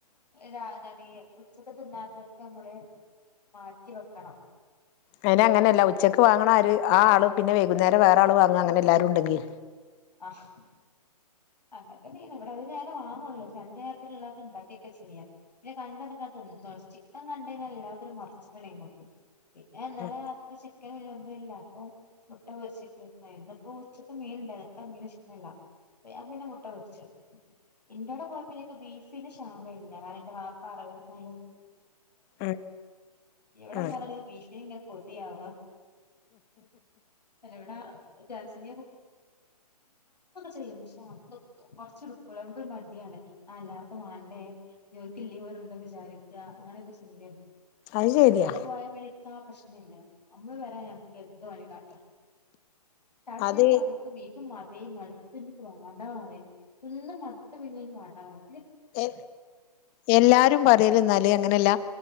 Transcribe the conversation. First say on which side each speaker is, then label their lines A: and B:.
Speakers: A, on the left; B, on the left.
A: രാധണീ ഉച്ചക്ക് തിന്നാത്തോ ർക്ക് മ്മള് മാറ്റി വ ക്കണം
B: അയ്‌ന ങ്ങനെല്ല ഉച്ചക്ക് വാങ് ണ് ആര് ആ ആള് പിന്നെ വൈകുന്നേരം വേറെ ആള് വാങ്ങാ അങ്ങനെ എല്ലാരും ഉണ്ടെങ്കി
A: അഹ് അംഗൻതന്നേയ്യ്‌ ണ് ഇവിടെ ഒ ര് നേരെ വാങൊ ള്ളൂ രണ്ട് നേരത്തിനുള്ളക്കെ ഇണ്ടാക്കെ ക്കാ ചെയ്യാ പിന്നെ <unintelligible> തിന്നോളും പിന്നെ ചിക്കൻ കണ്ട് കയിഞ്ഞ എല്ലാവർക്കും ഒരു <unintelligible> പിന്നെ ഇ ന്നലെ
B: ഉം
A: രാത്രി ചി ക്കനൂല്ല ഒന്നൂല്ല പൊ മുട്ട പൊരിച്ചക്കെന്നു ഇന്നുപ്പൊ ഉച്ചക്ക് മീൻ ഇ ണ്ടെന്നു <unintelligible> ഇഷ്ടമല്ല അപ്പ ന്നെ മുട്ട പോര്ച്ചു ഇ ന്റോടെ പോയപ്പിന്നെക്ക് ബീഫിന് ശാമ ല്ല കാരണം എന്റെ വാപ്പ അറിവെർനാ
B: ഉം
A: യോ
B: ഉം
A: <unintelligible> കൊതി ആവാ <unintelligible> <unintelligible> വാങ്ങുയ്ക്കെ ചെയ്യാം പക്ഷെ കൊറച്ച് ട് ക്കൂല്ല നമുക്ക് മടിയാണ്അതെ ല്ലാവർക്കും വാണ്ടേ ഓൽ ക്കില്ലെങ്കില വർ വിചാരിക്കാ അങ്ങനെയൊക്കെ ചിന്തേ
B: അത് ശരിയാ
A: ണ് <unintelligible> പോയപ്പിന്നെ ക്കാ പ്രശ്നല്ല നമ്മള് വരാ നമുക്ക് എന്ത് വേണേൽ കാ താടെ
B: അത്
A: പോയാ പറൈക്ക ബി ക്ക് മതി മടുത്ത് വാണ്ട പറിം തിന്ന് മടുത്ത് പിന്നീം വാണ്ട പറിം
B: എ എല്ലാരും പറയല് ന്നാ ല് അങ്ങനെല്ല